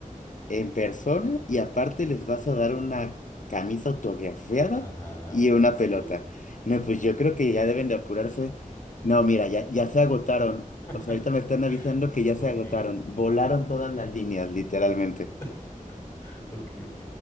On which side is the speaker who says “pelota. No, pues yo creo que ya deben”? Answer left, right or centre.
Left